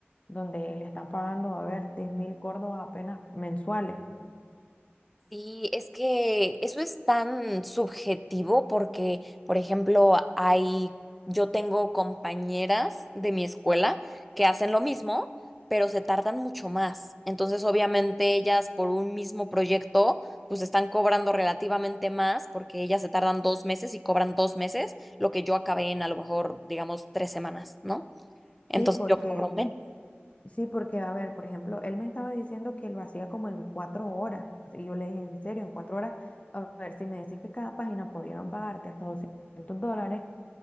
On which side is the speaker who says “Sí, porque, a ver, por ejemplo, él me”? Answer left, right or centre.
Left